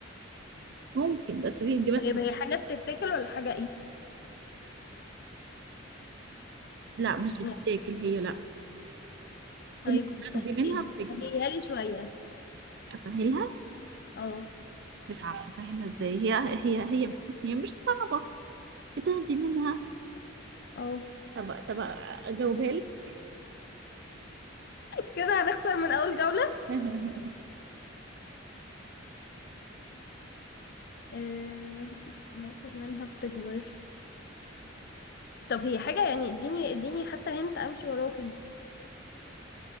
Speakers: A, on the right; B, on the left.
A: ممكن بس دي اجابتها
B: طيب هي حاجه بتتاكل ولا حاجه ايه
A: لا مش بتتاكل
B: يعني
A: هي لا
B: طيب
A: كل ما بتاخدي
B: سهلي
A: منها بتكبر
B: سهليها لي شويه
A: اسهلها
B: اه
A: مش عارفة سهلها ازاي هي هي هي هي مش صعبة بتهدي منها
B: اه
A: طب طب اجاوبها لك
B: كده هنخسر من اول جوله
A: <laughs>
B: آه ناخد منها بتكبر طب هي حاجه يعني اديني اديني حتى هنت امشي وراه